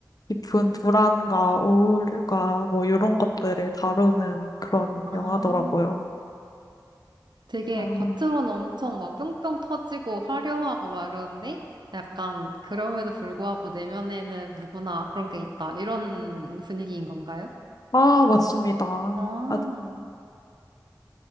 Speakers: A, on the left; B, on the right.
A: 깊은 불안과 우울과 뭐, 이런 것들을 다루는 그런
B: 아.
A: 영화더라고요.
B: 되게
A: 아,
B: 겉으로는 엄청 막 뿅뿅 터지고 화려하고 막 이러는데 약간 그럼에도 불구하고 내면에는 누구나 그런 게 있다. 이런 분위기인 건가요?
A: 아, 맞습니다.
B: 아,
A: 아,